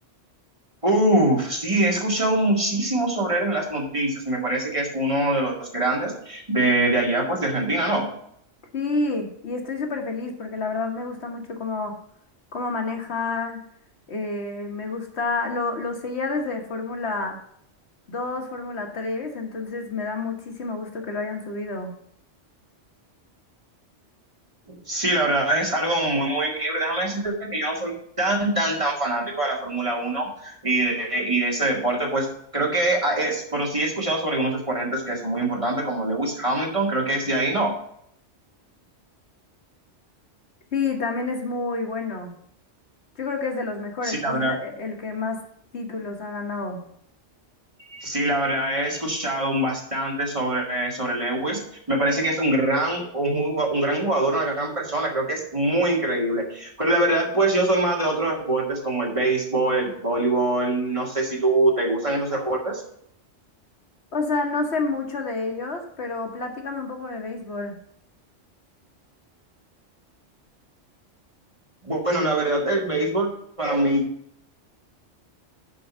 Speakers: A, on the right (about 25°); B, on the left (about 60°).
A: Uf, sí, he escuchado muchísimo sobre él en las noticias. Me parece que es uno de los grandes de, de allá pues de Argentina, ¿no?
B: Sí, y estoy súper feliz porque la verdad me gusta mucho cómo, cómo maneja, eh, me gusta, lo, lo seguía desde Fórmula dos, Fórmula 3, entonces me da muchísimo gusto que lo hayan subido.
A: Sí, la verdad es algo muy, muy increíble. Déjame decirte que yo no soy tan, tan, tan fanático de la Fórmula Uno y de, y de ese deporte. Pues creo que ah, es, pero sí he escuchado sobre algunos exponentes que son muy importantes, como Lewis Hamilton, creo que es de ahí, ¿no?
B: Sí, también es muy bueno. Yo creo que es de los mejores,
A: Sí,
B: pues
A: la verdad,
B: es e- el que más títulos ha ganado.
A: sí, la verdad he escuchado un bastante sobre, sobre Lewis. Me parece que es un gran, un, ju- un gran jugador, una gran persona. Creo que es muy increíble. Pero la verdad, pues yo soy más de otros deportes como el béisbol, el voleibol. No sé si tú te gustan esos deportes.
B: O sea, no sé mucho de ellos, pero platícame un poco de béisbol.
A: Bueno, la verdad, el béisbol para mí